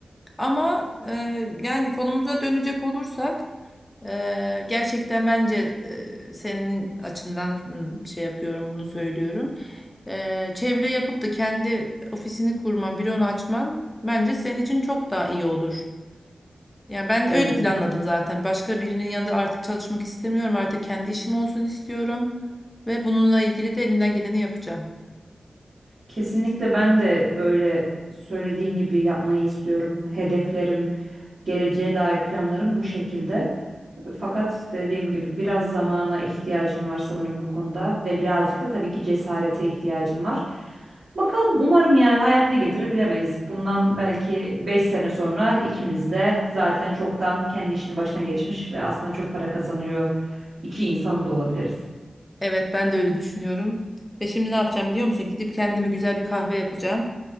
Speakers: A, on the left (about 15°); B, on the right (about 60°).
A: Ama e, yani konumuza dönecek olursak e, gerçekten bence e, senin açından m, şey yapıyorum bunu söylüyorum. E, çevre yapıp da kendi ofisini kurman, büronu açman bence senin için çok daha iyi olur. Yani ben
B: Evet.
A: öyle planladım zaten. Başka birinin yanında artık çalışmak istemiyorum. Artık kendi işim olsun istiyorum ve bununla ilgili de elimden geleni yapacağım.
B: Kesinlikle ben de öyle söylediğin gibi yapmayı istiyorum. Hedeflerim, geleceğe dair planlarım bu şekilde. Fakat dediğim gibi biraz zamana ihtiyacım var sanırım bu konuda ve birazcık da tabii ki cesarete ihtiyacım var. Bakalım umarım yani hayat ne getirir bilemeyiz. Bundan belki 5 sene sonra ikimiz de zaten çoktan kendi işinin başına geçmiş ve aslında çok para kazanıyor iki insanın da olabiliriz.
A: Evet ben de öyle düşünüyorum. Ve şimdi ne yapacağım biliyor musun? Gidip kendime güzel bir kahve yapacağım.